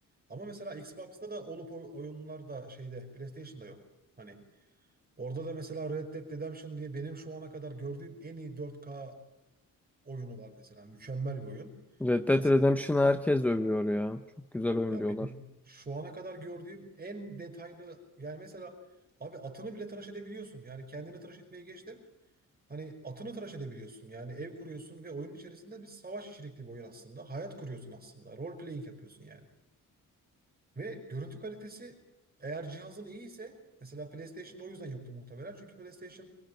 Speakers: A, on the right; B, in the centre.
A: Ama mesela Xbox'ta da olup oy- oyunlar da şeyde PlayStation'da yok. Hani orada da mesela Red Dead Redemption diye benim şu ana kadar gördüğüm en iyi 4K oyunu var mesela. Mükemmel bir oyun.
B: Red Dead
A: Mesela
B: Redemption'ı herkes övüyor ya. Çok güzel oyun
A: ya
B: diyorlar.
A: benim şu ana kadar gördüğüm en detaylı yani mesela abi atını bile tıraş edebiliyorsun. Yani kendini tıraş etmeye geçtim. Hani atını tıraş edebiliyorsun. Yani ev kuruyorsun ve oyunun içerisinde bir savaş içerikli bir oyun aslında. Hayat kuruyorsun aslında. Role playing yapıyorsun yani. Ve görüntü kalitesi eğer cihazın iyi ise, mesela PlayStation'da o yüzden yoktu muhtemelen. Çünkü PlayStation